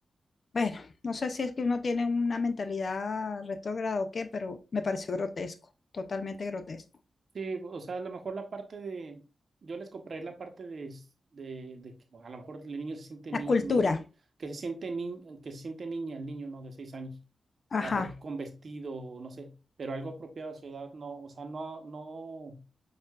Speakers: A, on the left; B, on the right.
A: bueno, no sé si es que uno tiene una mentalidad retrógrada o qué, pero me pareció grotesco, totalmente grotesco.
B: Sí, o sea, a lo mejor la parte de, yo les compraré la parte de, s- de, de que a lo mejor el niño se siente
A: La
B: ni,
A: cultura,
B: ni- ni- que se siente ni, que se siente niña, el niño, ¿no? De seis años,
A: ajá.
B: a lo mejor con vestido, no sé, pero algo apropiado a su edad, no, o sea, no, no,